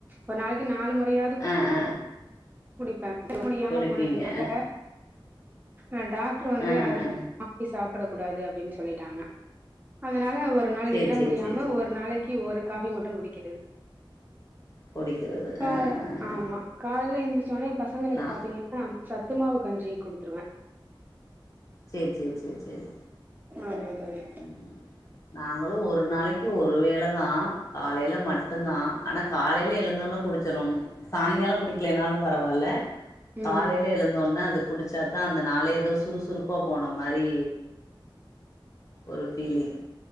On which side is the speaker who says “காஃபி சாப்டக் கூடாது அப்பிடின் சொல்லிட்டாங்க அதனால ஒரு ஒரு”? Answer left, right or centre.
Right